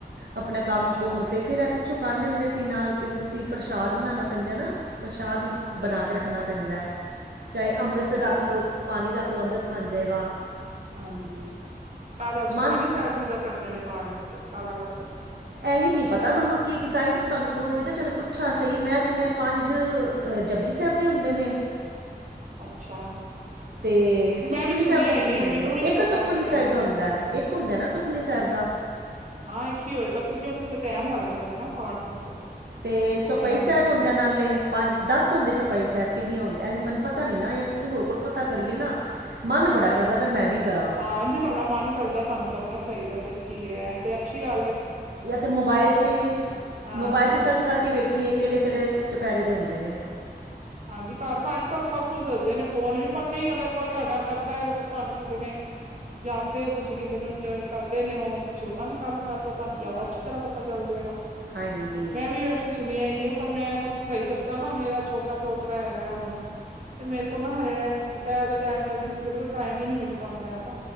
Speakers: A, on the right; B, on the right.
A: ਆਪਣਾ ਕੰਮ
B: ਅੱਛਾ
A: ਕੁੁੰਮ ਤੇ ਫੇਰ ਇਹ ਪਿੱਛੋਂ ਕਰ ਲੈਂਦੇ ਸੀ, ਨਾਲ ਕਹਿੰਦੇ ਸੀ ਪ੍ਰਸ਼ਾਦ ਬਣਾਣਾ ਪੈਂਦਾ ਨਾ। ਪ੍ਰਸ਼ਾਹ ਹੀ
B: ਅੱਛਾ
A: ਬਣਾ ਕੇ ਰੱਖਣਾ ਪੈਂਦਾ ਐ, ਚਾਹੇ ਅੰਮ੍ਰਿਤ
B: ਅੱਛਾ
A: ਰੱਖ
B: ਅੱਛਾ
A: ਲਓ। ਪਾਣੀ ਰੱਖ ਲਓ, ਅੰਮ੍ਰਿਤ ਬਣ ਜਾਵੇਗਾ।
B: ਹਾਂਜੀ, ਕਾਹਦਾ ਸੁਖਮਨੀ
A: ਮਨ
B: ਸਾਹਿਬ ਜੀ ਦਾ ਕਰਦੇ ਨੇ ਪਾਠ ਕਾਹਦਾ ਕਰਦੇ ਨੇ।
A: ਇਹੀ ਨਈ ਪਤਾ ਮੈਨੂੰ ਕੀ ਕੀਤਾ ਤੇ ਮੈਂ ਤੁਹਾਨੂੰ ਫੋਨ ਕੀਤਾ ਚਲ ਪੁੱਛਾਂ ਸਹੀ ਮੈਂ ਸੁਣਿਆ ਪੰਜ ਜਪਜੀ ਸਾਹਿਬ ਦੇ ਹੁੰਦੇ ਨੇ।
B: ਅੱਛਾ।
A: ਅਤੇ ਸੁਖਮਨੀ
B: ਮੈਂ ਵੀ ਸੁਣਿਆ
A: ਸਾਹਿਬ ਦੇ ਕਿੰਨੇ
B: ਹੀ ਹੈ
A: ਹੁੰਦੇ
B: ਮੈਨੂੰ
A: ਨੇ
B: ਵੀ ਨੀ
A: ਇੱਕ
B: ਪਤਾ
A: ਸੁਖਮਨੀ
B: ਕੀ ਕਰਦੇ
A: ਸਾਹਿਬ ਦਾ
B: ਨੇ
A: ਹੁੰਦਾ ਐ, ਇੱਕ ਹੁੰਦਾ ਨਾ ਸੁਖਮਨੀ ਸਾਹਿਬ ਦਾ
B: ਆਹ ਇੱਕ ਹੀ ਹੋਏਗਾ ਕਿਉਂਕਿ ਉਹਨੂੰ ਤੇ ਟਾਈਮ ਲੱਗ ਜਾਂਦਾ ਨਾ ਪਾਠ ਨੂੰ ਤੇ
A: ਤੇ ਚੌਪਾਈ
B: ਉਹ ਟਾਈਮ
A: ਸਾਹਿਬ
B: ਨੂੰ ਤੇ
A: ਹੁੰਦਾ। ਨਾਲੇ ਪੰਜ ਦੱਸ ਹੁੰਦੇ ਚੌਪਈ ਸਾਹਿਬ ਕਿੰਨੀਆਂ ਹੁੰਦੀਆਂ, ਐਵੀ ਮੈਨੂੰ ਪਤਾ ਨੀ ਨਾ ਯਾਂ ਕਿਸੇ ਹੋਰ ਕੋਲ ਪਤਾ ਕਰੀਏ ਨਾ। ਮਨ ਬੜਾ ਕਰਦਾ ਵੀ ਮੈਂ ਵੀ ਕਰਾਂ।
B: ਹਾਂ ਜੇ ਤੁਹਾਡਾ ਮਨ ਕਰਦਾ, ਤੁਹਾਨੂੰ ਕਰਨਾ ਚਾਹੀਦਾ ਫੇਰ ਕੀ ਏ ਤੇ ਅੱਛੀ ਗੱਲ ਐ‌।
A: ਜਾਂ ਤਾਂ ਮੋਬਾਇਲ ਚ,
B: ਹਾਂ
A: ਮੋਬਾਇਲ ਚ ਸਰਚ ਕਰਕੇ ਵੇਖੀਏ ਕਿਹੜੇ-ਕਿਹੜੇ ਸ ਚਪਹਿਰੇ ਦੇ ਹੁੰਦੇ ਨੇ।
B: ਹਾਂਜੀ, ਘਰ ਅੱਜ-ਕੱਲ ਸਭ ਕੁਝ ਦੱਸਦੇ ਨੇ ਫੋਨ ਵੀ ਪਰ ਨਹੀਂ ਅਗਰ ਕੋਈ ਤੁਹਾਡਾ ਕਰਦਾ ਤੁਹਾਨੂੰ ਕਿਸੇ ਨੇ। ਜਾਂਣਦੇ ਹੋ ਤੁਸੀਂ ਕਿਸੇ ਨੂੰ ਕਰਦੇ ਨੇ ਹੋ, ਤੁਸੀਂ ਉਹਨਾਂ ਨਾਲ ਗੱਲ ਕਰ ਲਓ, ਤੁਹਾਨੂੰ ਜ਼ਿਆਦਾ ਅੱਛੀ ਤਰ੍ਹਾਂ ਪਤਾ ਚੱਲ ਜਾਏਗਾ‌।
A: ਹਾਂਜੀ
B: ਮੈਂ ਵੀ ਵੈਸੇ ਸੁਣਿਆ ਹੀ ਐ ਪਰ ਮੈਂ ਤਾਂ ਸਹੀ ਦੱਸਾਂ ਨਾ ਮੇਰਾ ਛੋਟਾ ਛੋਟਾ ਪੋਤਰਾ ਹੈਗਾ ਆ ਹੁਣ। ਤੇ ਮੇਰੇ ਕੋਲ਼ ਹਜੇ ਦੁਪਹਿਰ ਦੇ ਟਾਈਮ ਤੇ ਮੇਰੇ ਕੋਲ ਟਾਈਮ ਹੀ ਨੀ ਮਿਲ ਪਾਂਦਾ ਹੈਗਾ।